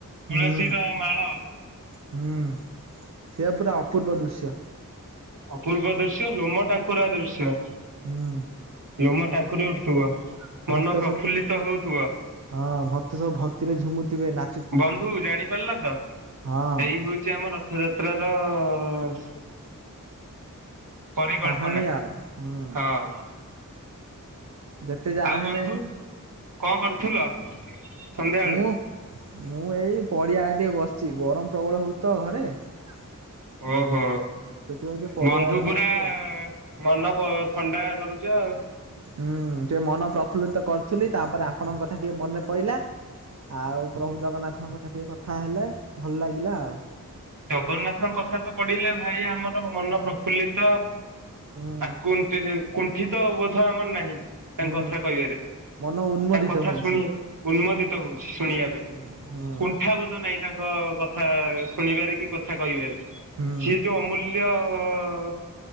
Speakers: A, on the right (about 70°); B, on the right (about 55°).
A: ତୁଳସୀର
B: ହୁଁ।
A: ମାଳ
B: ହୁଁ ସେ ପୁରା ଅପୂର୍ବ ଦୃଶ୍ୟ।
A: ଅପୂର୍ବ ଦୃଶ୍ୟ ଲୋମ ଟାଙ୍କୁରା ଦୃଶ୍ୟ।
B: ହୁଁ
A: ଲୋମ ଟାଙ୍କୁରି ଉଠୁଥିବ ମନ
B: ଭକ୍ତ
A: ପ୍ରଫୁଲ୍ଲିତ
B: ସବୁ ହଁ
A: ହଉଥିବ
B: ଭକ୍ତ ସବୁ ଭକ୍ତିରେ ଝୁମୁଥିବେ ନା
A: ବନ୍ଧୁ ଜାଣିପାରିଲା ତ
B: ହଁ
A: ଏଇ ହଉଚି ଆମ ରଥଯାତ୍ରାର ପାଞ୍ଚ। ପରିକଳ୍ପନା
B: କାହାଣୀ ଆଉ ହୁଁ
A: ହଁ।
B: ଯେତେ ଯାହାହେଲେ
A: ଆଉ ବନ୍ଧୁ କଣ କରୁଥୁଲ? ସନ୍ଧ୍ୟାବେଳୁ।
B: ମୁଁ ମୁଁ ଏଇ ପଡିଆ ଆ ଟିକେ ବସିଛି ଗରମ ପ୍ରବଳ ହଉଚି ତ ଘରେ। ହୁଁ।
A: ଓହୋ
B: ସେଥିପାଇଁ ଟିକେ ପଡିଆ
A: ବନ୍ଧୁ
B: ଆଡେ
A: ପୁରା
B: ବସିଛୁ ଆଉ।
A: ମନ ଥଣ୍ଡା କରୁ ଚ
B: ହୁଁ ସେ ମନ ପ୍ରଫୁଲ୍ଲିତ କରୁଥିଲି ତାପରେ ଆପଣଙ୍କ କଥା ଟିକେ ମନେ ପଇଲା ଆଉ ପ୍ରଭୁ ଜଗନ୍ନାଥଙ୍କ କଥା ଟିକେ କଥା ହେଲେ ଭଲ ଲାଗିଲା ଆଉ।
A: ଜଗନ୍ନାଥଙ୍କ କଥା ତ ପଢିଲେ ଭାଇ ଆମର ମନ ପ୍ରଫୁଲ୍ଲିତ।
B: ହୁଁ
A: ଆକୁନ୍ ଟିହି କୁନ ଠିତ ବୋଧ ଆମର ନାହିଁ। ତାଙ୍କ
B: ହୁଁ।
A: କଥା କହିବାରେ
B: ମନ ଉନ୍ମୋଦିତ
A: ତାଙ୍କ କଥା
B: ହଉଛି
A: ଶୁଣି ଉନ୍ମୋଦି ହଉଛି। ଶୁଣିବା ପାଇଁ
B: ହୁଁ ହୁଁ
A: କୁଣ୍ଠାବୋଧ ନାହିଁ ତାଙ୍କ କ କଥା ଶୁଣିବାରେ କି କି କଥା କହିବାରେ।
B: ହୁଁ
A: ସେ ଯୋଉ ଅମୂଲ୍ୟ ହଁ